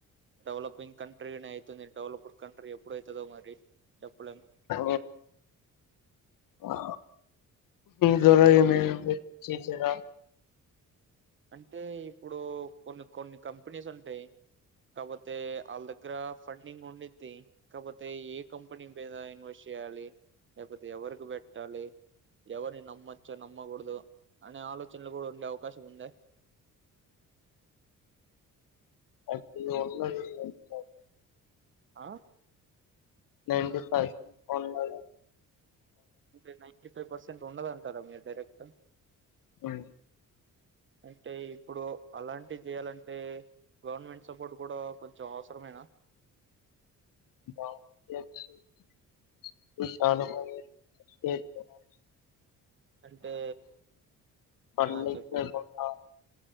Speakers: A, on the right; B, on the left.
A: డెవలపింగ్ కంట్రీనే అవుతుంది. డెవలప్డ్ కంట్రీ ఎప్పుడ అవుతుందో మరి చెప్పలేం
B: అ ఆ దార
A: అ
B: ఏమి ఉంది చిచిరా
A: అంటే ఇప్పుడు కొన్ని కొన్ని కంపెనీస్ ఉంటాయి. కాకపోతే వాళ్ళ దగ్గర ఫండింగ్ ఉండిద్ది కాకపోతే ఏ కంపెనీ మీద ఇన్వెస్ట్ చేయాలి. లేకపోతే ఎవరికి పెట్టాలి ఎవరిని నమ్మచ్చో నమ్మకూడదు. అనే ఆలోచనలు కూడా ఉండే అవకాశం ఉంద
B: అది వల్ల <unintelligible>
A: ఆ
B: నైన్టీ పర్సెంట్ ఉండలేద
A: twenty nine fifty five percent ఉండదంటారా మీరు డైరెక్ట్
B: అవు
A: అంటే ఇప్పుడు అలాంటివి చేయాలంటే గవర్నమెంట్ సపోర్ట్ కూడా కొంచెం అవసరమేనా
B: విశ <unintelligible>
A: అంటే
B: పండించకుండా
A: ఆ చెప్పు